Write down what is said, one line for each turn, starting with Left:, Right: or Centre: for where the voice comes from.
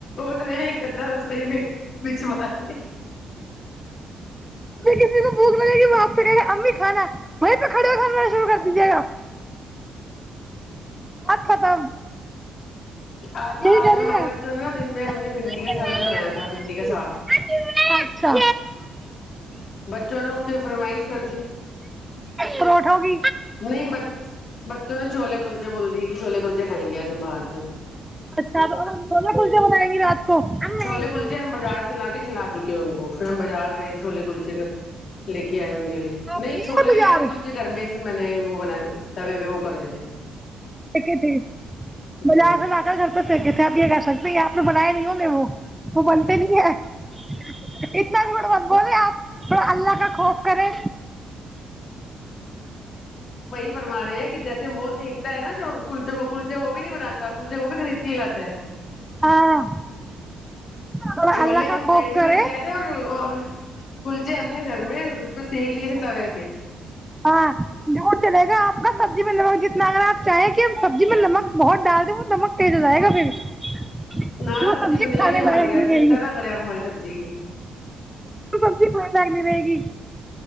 Left: تنے ادا رسوئی میں بچ مار لی <inaudible>
Centre: ل کسی کو بوک لگے گ آپ سے کہ امی کھانا وہیں پہ کھڑے کھا شروع کر دیجیے گا ا ختم
Left: آ
Centre: یہی
Left: آج
Centre: کریے
Left: ہمارے بچوں
Centre: آپ
Left: نے نا دن میں ہم
Centre: اچھا
Left: نے بھنڈی کا سالن بنایا تھا بھنڈی کا ساگ بچوں نے اٹھ کے فرمائش کر دی
Centre: پروٹھوں کی
Left: نہیں ب بچوں نے چھولے کلچے بول دی چھولے کلچے کائیں گے آج ہم باہر سے
Centre: اچھا تو اور ہم روزہ پزیا بنائیں گے رات کو اچھا
Left: چھولے کلچے ہم بازار سے لا کے کھلا چکے ہیں ان کو پھر ہم بازار گئے چھوولے کلچے کا لے کے آئے ان کے لیے
Centre: آپ
Left: نہیں
Centre: یہ
Left: چھوولے
Centre: بازار
Left: لئے تھے کلچے گھر میں میں نے وہ بنا تبے پہ وہ کرے تھے
Centre: ایکے تھے
Left: ہوں
Centre: بازار سے ل کر گڑ پتے تھے اب یہ کہ سکتے آپ نے بنایا نہیں ہوں میں وہ وہ بولتے نہیں ہے اتنا تھوڑا بت بولے آپ تھوڑا اللہ کا خوف کرے
Left: فماے ہیں کہ جیسے ہو س سیک ایکتا ہے نا جو کلچوں کو کلچے وہ بھی نہیں باتا کل جے وہ بھی خرید کے ہی لاتے ہیں
Centre: ہاں تھوڑا
Left: چھولے
Centre: اللہ کا
Left: ہم
Centre: خوف
Left: ریڈی
Centre: کرے
Left: مڈ لے تھ اور اور کلچے ہم نے گھر میں اس پہ سینک لیے تھے توے پہ
Centre: ہاںور چلے گا آپ کا سبزی میں نمک جتنا اگر آپ چاہیں کہ سبزی میں نمک بہت ڈال دیں وہ نمک تیز ہو جائے گا پھر پھر
Left: نہ نہ
Centre: وہ
Left: سبزی بنی
Centre: کھانے
Left: ہوئی ہے ہماری
Centre: لائق
Left: ار
Centre: نہیں
Left: چنتا
Centre: رہے گی
Left: نہ کریں آپ ہماری سبزی کی
Centre: تو سبزی کھانے لائق نہیں رہے گی